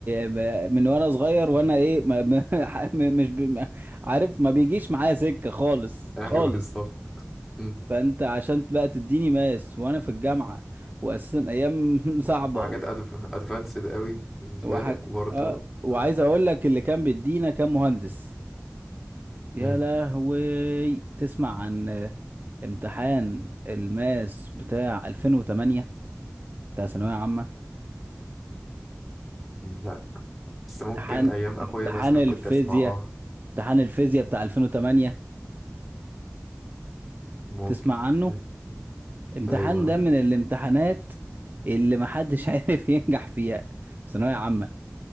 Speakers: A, on the right; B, in the centre.
A: ب- من وأنا صغير وأنا إيه ما ما- <laughs> م- مش بي ما- عارف ما بيجيش معايا سكة خالص
B: أيوه
A: خالص
B: بالظبط مم.
A: فأنت عشان بقى تديني ماث وأنا في الجامعة وأساسا أيام <laughs> صعبة
B: وحاجات أدف... أدفانسد قوي بالنسبة
A: وحاجة
B: لك وبرضه
A: اه وعايز
B: آه.
A: اقول لك اللي كان بيدينا كان مهندس يا
B: مم.
A: لهوي تسمع عن آه، امتحان الماس بتاع 2008 بتاع ثانوية عامة
B: لا بس ممكن
A: امتحان
B: ايام اخويا
A: امتحان
B: مثلا
A: الفيزياء
B: كنت اسمع اه
A: امتحان الفيزياء بتاع 2008
B: ممكن
A: تسمع عنه
B: مم.
A: امتحان
B: ايوه
A: ده من الامتحانات اللي محدش <laughs> عارف ينجح فيها ثانوية عامة